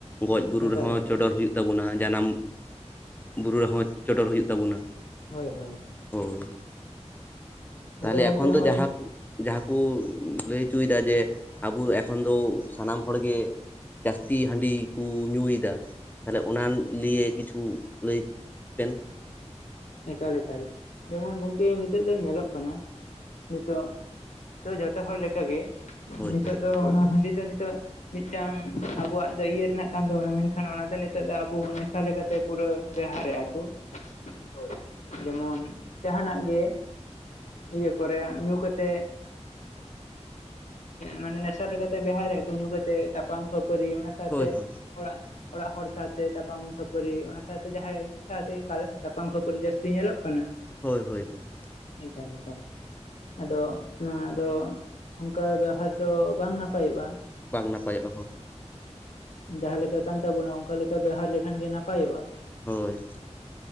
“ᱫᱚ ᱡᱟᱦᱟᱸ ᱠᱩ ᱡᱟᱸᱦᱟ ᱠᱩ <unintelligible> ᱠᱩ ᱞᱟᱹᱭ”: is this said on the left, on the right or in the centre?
Left